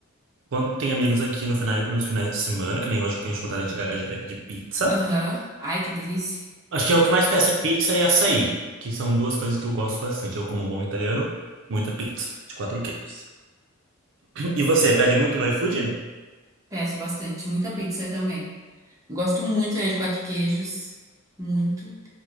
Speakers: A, on the right; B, on the right.
A: Quando tem amigos aqui no final, nos finais de semana, que nem hoje que tem o show da Lady Gaga, a gente vai pedir pizza.
B: Aham. Ai, que delícia.
A: Acho que é o que mais peço é pizza e açaí, que são duas coisas que eu gosto bastante. Eu, como um bom italiano, muita pizza, de quatro queijos. E você, pede muito no iFood?
B: Peço bastante. Muita pizza também. Gosto muito de de quatro queijos. Muito.